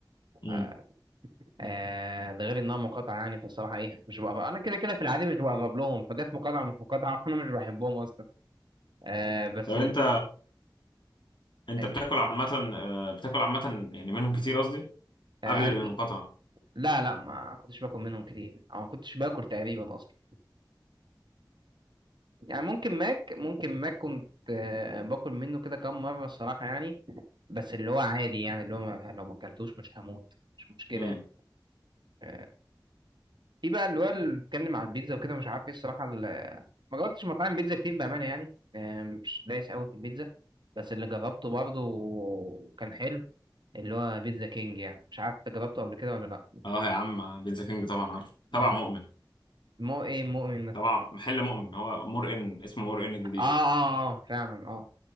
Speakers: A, on the left; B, on the right.
A: امم
B: آه، آه، ده غير انها مقاطعه يعني فالصراحه ايه مش بقرب انا كده كده في العادي مش بقرب لهم فجت مقاطعه مش مقاطعه <laughs> فانا مش بحبهم اصلا آه، بس
A: طب انت
B: البي...
A: انت
B: ال-
A: بتاكل عامة آه، بتاكل عامة يعني منهم كتير قصدي
B: آه،
A: قبل
B: انهي
A: المقاطعة
B: لا لا ما كنتش باكل منهم كتير او ما كنتش باكل تقريبا اصلا يعني ممكن ماك ممكن ماك كنت آه، باكل منه كده كام مره الصراحه يعني بس اللي هو عادي يعني اللي هو ما لو ما اكلتوش مش هموت مش مشكله
A: امم
B: يعني. آه، في بقى اللي هو اللي بيتكلم على البيتزا وكده مش عارف ايه الصراحه ال- ما جربتش مطاعم بيتزا كتير بامانه يعني آه، مش دايس قوي في البيتزا بس اللي جربته برضه كان حلو اللي هو بيتزا كينج يعني مش عارف انت جربته قبل كده ولا لا
A: اه يا عم بيتزا كينج طبعا عارف تبع
B: مم.
A: مؤمن
B: مو ايه مؤمن ده
A: طبعا محل مؤمن هو مرقن اسمه مرقن الجديد
B: اه اه آه، فعلا اه